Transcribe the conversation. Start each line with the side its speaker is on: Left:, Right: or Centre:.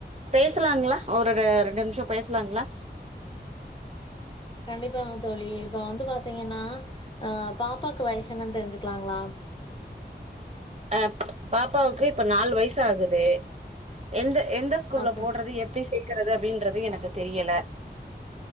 Right: பேசலாங்களா ஒரு ரெண்டு நிமிஷ பேசலாங்களா
Left: கண்டிப்பாங்க தோழி இப்ப வந்து பாத்தீங்கன்னா அ பாப்பாக்கு வயசு என்னன்னு தெரிஞ்சுக்கலாங்களா
Right: அ பாப்பாவுக்கு இப்ப நாலு வயசு ஆகுது எந்த எந்த ஸ்கூல்ல
Left: அப்றோ
Right: போடுறது எப்டி சேக்குறது அப்டின்றது எனக்கு தெரியல